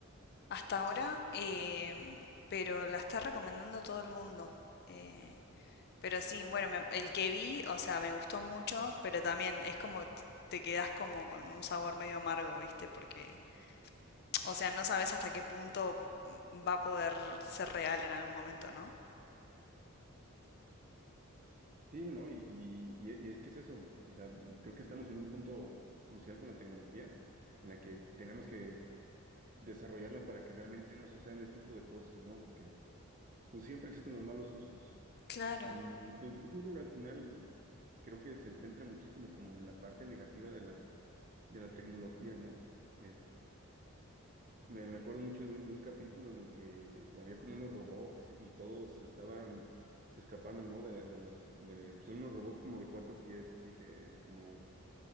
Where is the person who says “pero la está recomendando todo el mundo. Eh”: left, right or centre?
Left